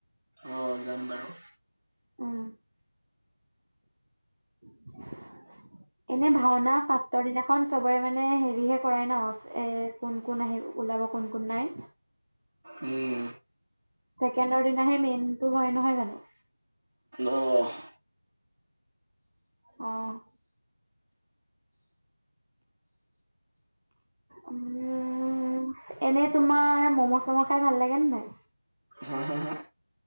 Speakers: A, on the right; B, on the right.
A: অ', যাম বাৰু।
B: উম। <inaudible> এনে ভাওনা ফাৰ্ষ্টৰ দিনাখন চবৰে মানে হেৰিহে কৰাই ন, এ কোন কোন আহিব, ওলাব কোন কোন নাই।
A: উম
B: ছেকেণ্ডৰ দিনাহে মেইনটো হয়, নহয় জানো?
A: অ'।
B: অ'। উম। উম, এনে তোমাৰ মম' চম' খাই ভাল লাগে ন নাই?
A: হা হা হা?